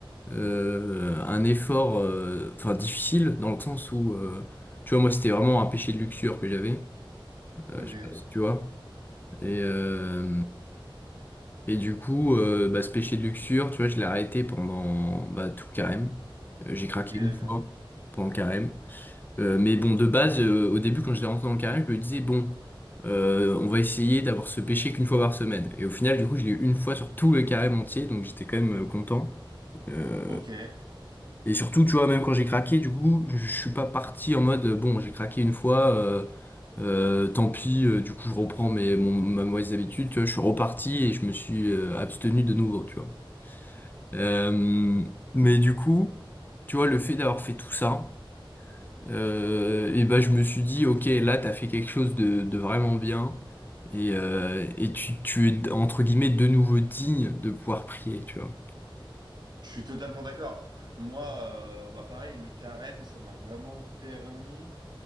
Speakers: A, on the left; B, on the right.
A: euh, un effort euh, enfin difficile dans le sens où euh, tu vois moi c'était vraiment un péché de luxure que j'avais euh,
B: Ok,
A: je sais pas si tu vois et euh, et du coup euh, bah, ce péché de luxure tu vois je l'ai arrêté pendant bah, tout le carême Euh, j'ai craqué
B: ok, d'accord.
A: une fois pendant le carême Euh, mais bon de base euh, au début quand j'étais rentré dans le carême je me disais bon euh, on va essayer d'avoir ce péché qu'une fois par semaine et au final du coup je l'ai eu une fois sur tout le carême entier donc j'étais quand même euh, content Euh,
B: Ok, je
A: Et surtout, tu vois, même quand j'ai craqué, du coup, je je suis pas parti en mode, euh, bon, j'ai craqué une fois, euh, euh, tant pis, euh, du coup, je reprends mes, mon, ma mauvaise habitude, tu vois, je suis reparti et je me suis euh, abstenu de nouveau, tu vois. Euh, mais du coup, tu vois, le fait d'avoir fait tout ça, euh, et ben, je me suis dit, ok, là, t'as fait quelque chose de, de vraiment bien, et, euh, et tu, tu es, entre guillemets, de nouveau digne de pouvoir prier, tu vois.
B: suis totalement d'accord. Moi, euh, bah pareil, le carême, ça m'a vraiment permis